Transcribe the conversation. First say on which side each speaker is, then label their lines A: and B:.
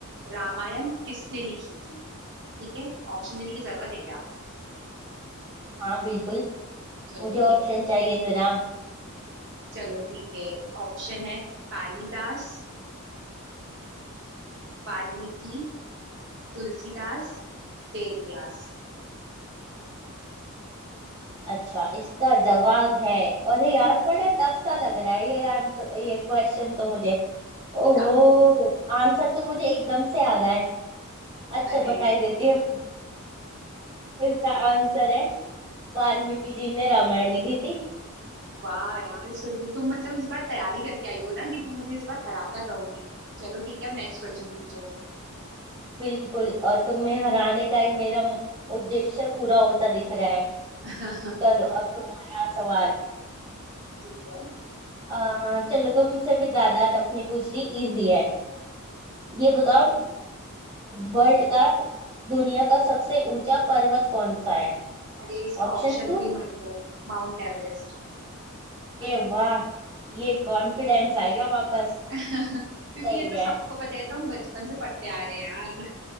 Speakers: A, on the right; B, on the right.
A: रामायण किसने लिखी थी ठीक है ऑप्शन देने की जरूरत है क्या
B: हाँ बिल्कुल
A: चलो
B: मुझे
A: ठीक
B: ऑप्शन
A: है
B: चाहिए जनाब
A: चलो ठीक है ऑप्शन है कालिदास वाल्मीकि तुलसीदास वेद व्यास
B: अच्छा इसका जवाब है अरे यार बड़ा टफ सा लग रहा है ये आंसर ये क्वेश्चन तो मुझे
A: ठीक
B: ओहो
A: है
B: आंसर तो मुझे एकदम से आ रहा है अच्छा
A: अरे
B: बताई देती हूँ इसका आंसर है वाल्मीकि जी ने रामायण लिखी थी
A: वाह यार सुरभि तुम मतलब इस बार तैयारी करके आई हो ना कि तुम मुझे इस बार हरा कर रहोगी चलो ठीक है अब नेक्स्ट क्वेश्चन पूछो
B: बिल्कुल और तुम्हें हराने का ही मेरा मु- उद्देश्य पूरा होता दिख रहा है
A: <laughs> ठीक
B: चलो अब तुम्हारा सवाल
A: है
B: आ, चलो तुमसे भी ज्यादा टफ नहीं पूछ रही इजी है ये बताओ वर्ल्ड का दुनिया का सबसे ऊंचा पर्वत कौन सा है
A: अरे इसका
B: ऑप्शंस
A: ऑप्शन
B: दो
A: भी मत दो माउंट एवरेस्ट
B: ए वाह ये कॉन्फिडेंस आ गया वापस
A: <laughs> क्योंकि
B: सही
A: ये तो
B: है
A: सबको पता है तो हम बचपन से पढ़ते आ रहे हैं यार